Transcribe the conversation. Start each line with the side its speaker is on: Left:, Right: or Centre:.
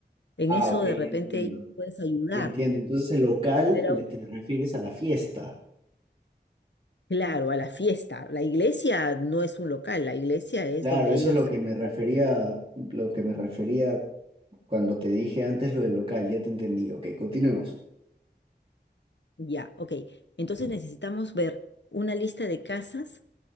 Left: En
Right: Ah,
Left: eso
Right: ok,
Left: de
Right: ya
Left: repente
Right: entiendo.
Left: ahí puedes ayudar.
Right: Ya entiendo. Entonces el local
Left: Pero
Right: le- te refieres a la fiesta.
Left: claro, a la fiesta. La iglesia no es un local, la iglesia es
Right: Claro,
Left: donde
Right: eso
Left: ellos...
Right: es lo que me refería,
Left: hacen
Right: lo que me refería cuando te dije antes lo del local, ya te entendí. Ok, continuemos.
Left: Ya, ok. Entonces necesitamos ver una lista de casas